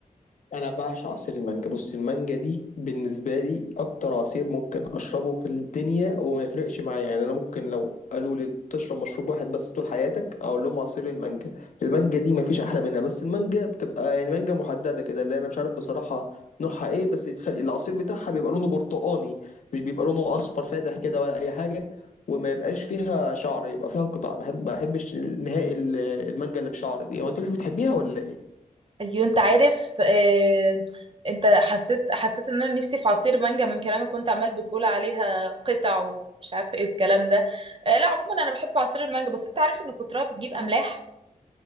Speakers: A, on the left (about 60°); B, on the right (about 40°).
A: انا بعشق عصير المانجا بص المانجا دي بالنسبه لي اكتر عصير ممكن اشربه في الدنيا وما يفرقش معايا يعني انا ممكن لو قالوا لي تشرب مشروب واحد بس طول حياتك اقول لهم عصير المانجا المانجا دي ما فيش احلى منها بس المانجا بتبقى يعني مانجا محدده كده اللي انا مش عارف بصراحه نوعها ايه بس يتخل... العصير بتاعها بيبقى لونه برتقاني مش بيبقى لونه اصفر فاتح كده ولا اي حاجه وما يبقاش فيها شعر يبقى فيها قطع بحب ما بحبش نهائي ال- المانجا اللي بشعر دي هو انت مش بتحبيها ولا ايه
B: ايوه انت عارف اه انت حسست حسيت ان انا نفسي في عصير مانجا من كلامك كنت عمال بتقول عليها قطع ومش عارفه ايه الكلام ده اه لا عموما انا بحب عصير المانجا بس انت عارف ان كترها بتجيب املاح